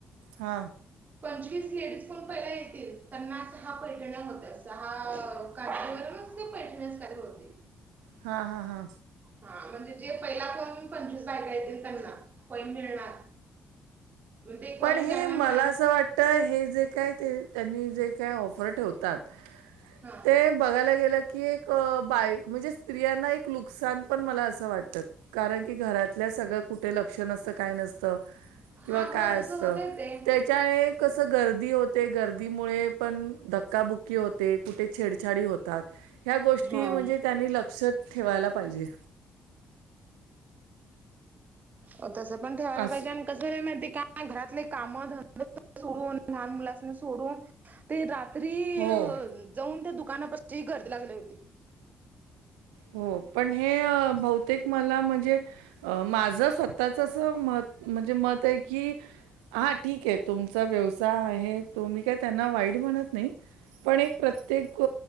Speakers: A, on the right; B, on the right.
A: हां
B: पंचवीस लेडीज पण पहिला येतील त्यांना सहा पैठण्या होत्या सहा कार्टून वरून ते पेंटिन करत होते
A: हा हा हा
B: हा म्हणजे जे पहिला कोन पंचवीस बायका येतील त्यांना कॉइन मिळणार मग ते कॉईन
A: पण हे
B: ज्यांना
A: मला
B: मिळा
A: असं वाट तर हे जे काय ते त्यांनी जे काय ऑफर ठेवतात
B: ह
A: ते बघायला गेलं की एक बाय म्हणजे स्त्रियांना एक नुकसान पण मला असं वाटतं कारण की घरातल्या सगळ्या कुठे लक्ष नसतं काय नसतं
B: हा
A: किंवा
B: हो
A: काय
B: तसं
A: असतं
B: होतंय ते
A: त्या त्या एक कसं गर्दी होते गर्दीमुळे पण धक्काबुक्की होते कुठे छेडछाडी होते ह्या गोष्टी
B: हा
A: म्हणजे त्यांनी लक्षात ठेवायला पाहिजे
B: हो तसं पण ठेवायला
A: असं
B: पाहिजे कस नाही माहित आहे का घरातले काम धंद सोडून लहान मुलासनी सोडून ते रात्री
A: हो
B: अ जाऊन त्या दुकानापची घर लागली होती
A: हो पण हे बहुतेक मला म्हणजे अं माझं स्वतःच अस मत म्हणजे मत आहे की हा ठीक आहे तुमचा व्यवसाय आहे तुम्ही काय त्यांना वाईट म्हणत नाही पण एक प्रत्येक